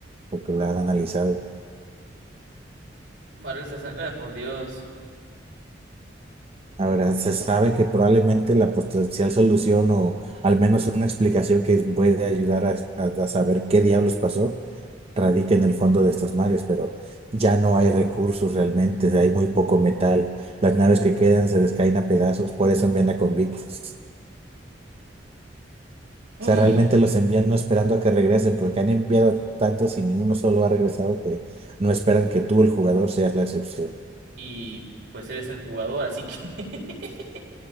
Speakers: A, on the right; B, on the right.
A: porque la han analizado.
B: Mares de sangre. Ay, por Dios.
A: Ahora, se sabe que probablemente la potencial solución o al menos una explicación que puede ayudar a, a- a saber qué diablos pasó radica en el fondo de estos mares, pero ya no hay recursos realmente, hay muy poco metal, las naves que quedan se descaen a pedazos, por eso envían a convictos.
B: Ay,
A: O sea, realmente los envían no esperando a que regresen, porque han enviado tantos y ninguno solo ha regresado que no esperan que tú, el jugador, seas la excepción.
B: Y pues eres el jugador, así que. <laughs>